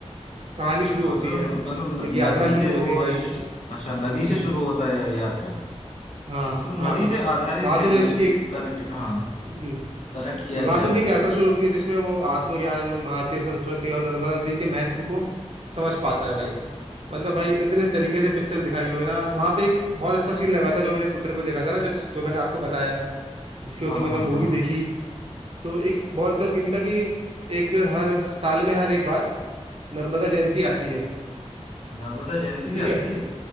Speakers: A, on the right; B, on the left.
A: कहानी शुरू
B: हाँ
A: होती
B: मतलब
A: है
B: मतलब न-
A: एक यात्रा
B: नदी से
A: शुरू होती
B: वो
A: है भाई
B: शु-
A: जिस
B: अच्छा नदी
A: हम्म
B: से शुरू होता है या- यात्रा
A: हाँ
B: मतलब
A: हाँ
B: नदी से आधारित
A: वहां
B: है
A: से
B: ये
A: फिर उसकी एक
B: कनेक्ट हाँ
A: जी
B: कनेक्ट किया
A: वहां
B: गया
A: से
B: है
A: उसकी
B: नदी
A: एक यात्रा
B: से
A: शुरू होती है जिसमें वो आत्मज्ञान भारतीय संस्कृति और नर्मदा नदी के महत्व को समझ पाता है भाई मतलब भाई इतने तरीके से पिक्चर दिखाई हुई है ना वहां पे एक बहुत अच्छा सीन लगा था जो मैंने ट्विटर पे देखा था ना जो जो मैंने आपको बताया जिसकी
B: हाँ
A: वजह से मैंने
B: हाँ हाँ
A: मूवी देखी तो एक बहुत अच्छा सीन था कि एक हर साल में हर एक बार नर्मदा जयंती आती है
B: नर्मदा जयंती भी
A: ठीक
B: आती
A: है
B: है